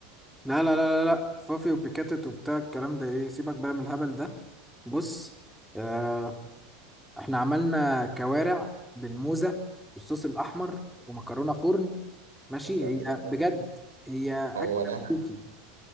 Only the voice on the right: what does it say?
يا ساتر
يا رب
هو ده